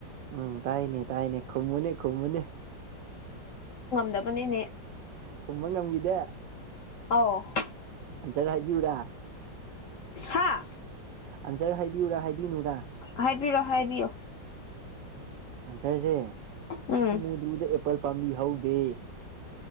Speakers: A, on the right (about 80°); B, on the left (about 60°).
A: ꯎꯝ ꯇꯥꯏꯅꯦ ꯇꯥꯏꯅꯦ ꯈꯨꯝꯨꯅꯤ ꯈꯨꯝꯨꯅꯦ
B: ꯕꯅꯤꯅꯦ
A: ꯈꯨꯝꯕꯥ ꯉꯝꯒꯤꯗꯦ
B: ꯑꯧ
A: ꯑꯟꯁꯔ ꯍꯥꯏꯕꯤ ꯌꯨꯔꯥ
B: ꯍꯥ
A: ꯑꯟꯁꯔ ꯍꯥꯏꯕꯤꯌꯨꯔꯥ ꯍꯥꯏꯕꯤꯅꯨꯔꯥ?
B: ꯍꯥꯏꯕꯤꯔꯣ ꯍꯥꯏꯕꯤꯌꯣ
A: ꯑꯟꯁꯔꯁꯦ
B: ꯎꯝ
A: ꯁꯨꯃꯨꯗ꯭ꯔꯨꯗꯥ ꯑꯦꯄꯜ ꯄꯥꯝꯕꯤ ꯑꯃꯇ ꯍꯧꯗꯦ